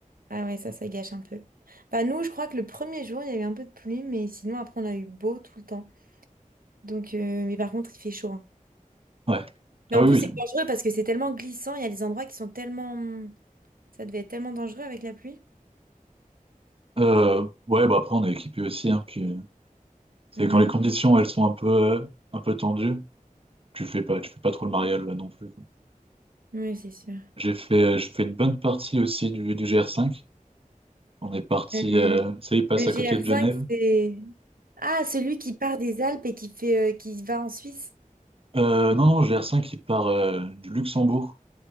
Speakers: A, on the right; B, on the right.
A: Ah ouais, ça, ça gâche un peu. Bah nous, je crois que le premier jour, il y a eu un peu de pluie, mais sinon, après, on a eu beau tout le temps. Donc, euh, mais par contre, il fait chaud. hein.
B: ouais.
A: Mais
B: Ah
A: en
B: oui,
A: plus, c'est
B: oui.
A: dangereux parce que c'est tellement glissant. Il y a des endroits qui sont tellement... Ça devait être tellement dangereux avec la pluie.
B: Euh, ouais, bah après, on est équipé aussi, hein, puis euh, c'est
A: Oui,
B: quand les conditions, elles sont un peu, euh, un peu tendues, tu fais pas, tu fais pas trop le mariole, là, non plus.
A: oui, c'est sûr.
B: J'ai fait, j'ai fait une bonne partie aussi du, du GR5. On est parti,
A: Euh,
B: euh, tu sais, il passe
A: le
B: à
A: GR5,
B: côté de Genève.
A: c'est... Ah, celui qui part des Alpes et qui fait, euh, qui va en Suisse.
B: Euh, non, non, GR5, il part euh, du Luxembourg